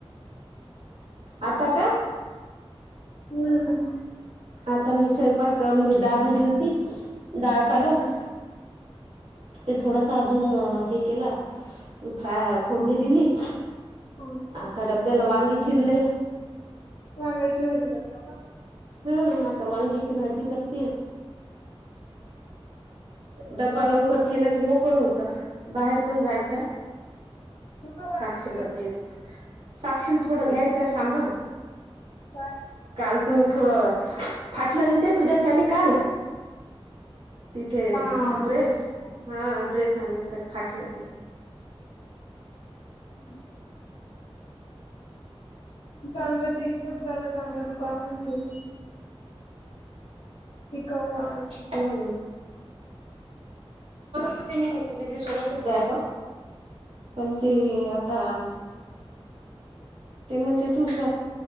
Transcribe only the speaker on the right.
आता का?
आता मी स्वयंपाक म्हणजे, डाळ भाजी होती डाळ पालक.
ते थोडसा अजून हे केला त फ्रा फोडणी दिली.
आता डबेला वाांंगी चिर्ले.
हम आता वांगीची भाजी करते. डब्बा लवकर केलं की मोकळ होत, बाहेर पण जायचंय.
साीला
ते साक्षीलील थोडं घ्यायचंय सामान.
काल तू थोडं फाटलंन ते तुझ्या आणि काल. ड्रेस
हा ड्रेस आणायच फाटलं ते.
घचमला होते मी घेतो तथ सोबतच जाय का? पण ते आता ते म्हणते तू स